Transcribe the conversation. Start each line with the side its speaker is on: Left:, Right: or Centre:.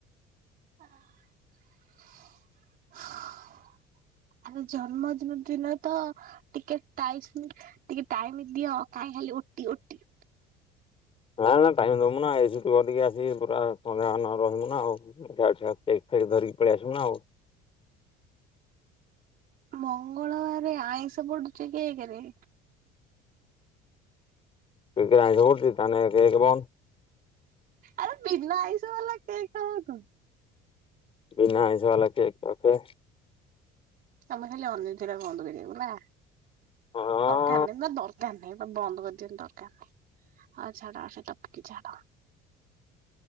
Right: ଆଃ ଆରେ ଜନ୍ମଦିନ ଦିନ ତ ଟିକେ ଟାଇସ ଟିକେ ଟାଇମ ଦିଅ କାହିଁ ଖାଲି ଓ ଟି ଓ ଟି
Left: ନା ନା ଟାଇମ ଦବୁ ନା ଏସଠୁ କରିକି ଆସି ପୁରା ସନ୍ଧ୍ୟା ମାନ ରହିବୁ ନା ଆଉ। <unintelligible> ଧରିକି ପଳେଇ ଆସିବୁ ନା ଆଉ।
Right: ମଙ୍ଗଳବାର ଆଇଁଷ ପଡୁଛି କେକରେ
Left: ସେଇତୀରେ ଆଇଁଷ ପଡୁଚି ତାହେନେ କେକ ବନ୍ଦ୍।
Right: ଆରେ ବିନା ଆଇଁଷ ବାଲା କେକ ଖାବୁ ତୁ।
Left: ବିନା ଆଇସ ବାଲା କେକ୍ ରକେ
Right: ତମର ଖାଲି ହେଲେ ଅନେଇ ଥିଲ ବନ୍ଦ କରିବାକୁ ନା।
Left: ହଁ।
Right: କାଲି ନା ଦରକାର ନାହିଁ ତ ବନ୍ଦ କରଦିଅ ନି ଦର୍କର ନାହିଁ ଆ ଛାଡ ଅ ସେ ଟପକି ଛାଡ।